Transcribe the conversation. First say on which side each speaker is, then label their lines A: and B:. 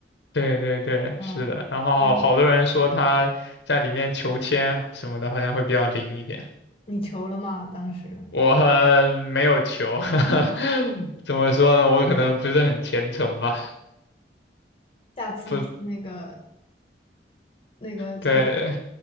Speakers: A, on the left; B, on the left.
A: 对对对，
B: 嗯，
A: 是的。然后好好多人说他在里面求签什么的，
B: 所以我
A: 好像会比较灵一点。
B: 你求了吗？当时
A: 我呃没有求，<laughs> 怎么说呢？我可能不是很虔诚吧。
B: 下次去那个
A: 不，
B: 那个叫什么
A: 对，